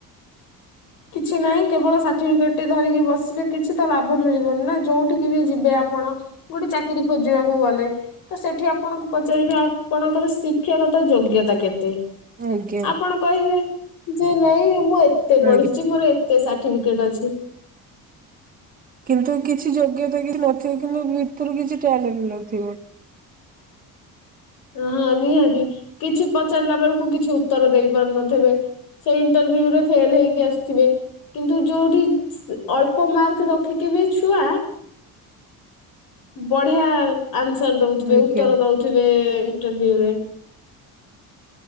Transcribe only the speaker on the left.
କିଛି ନାହିଁ କେବଳ ସାର୍ଟିଫିକେଟ ଧରିକି ବସିଲେ କିଛି ତ ଲାଭ ମିଳିବନି ନା ଯୋଉଠିକି ବି ଯିବେ ଆପଣ ଗୋଟେ ଚାକିରି ଖୋଜିବାକୁ ଗଲେ। ତ ସେଠି ଆପଣଙ୍କୁ ପଚାରିବେ ଆପଣଙ୍କର ଶିକ୍ଷାଗତ ଯୋଗ୍ୟତା କେତେ?
ଆପଣ କହିବେ ଯେ ନାଇଁ ମୁଁ ଏତେ ପଢି-
କି ମୋର ଏତେ ସାର୍ଟିଫିକେଟ ଅଛି।
ହଁ ହଁ ନିହାତି କିଛି ପଚାରିଲା ବେଳକୁ କିଛି ଉତ୍ତର ଦେଇ ପାରୁନଥିବେ। <unintelligible> କିନ୍ତୁ ଯଉଠି ଅଳ୍ପ ମାର୍କ ରଖିକି ବି ଛୁଆ <unintelligible>